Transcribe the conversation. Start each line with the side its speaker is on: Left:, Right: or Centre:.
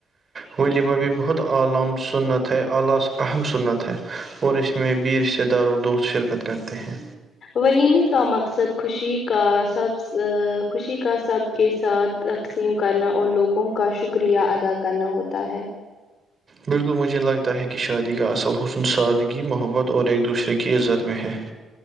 Right: ولیمہ بھی بہت عالام سنت ہے اعلی اہم سنت ہے اور اس میں میں بھی رشتے دار اور دوست شرکت کرتے ہیں
Left: ولیمے کا مقصد خوشی کا سب خوشی کا سب کے ساتھ تقسیم کرنا اور لوگوں کا شکریہ ادا کرنا ہوتا ہے
Right: بالکل مجھے لگتا ہے کہ شادی کا اصل حسن سادگی محبت اور ایک دوسرے کی عزت میں ہے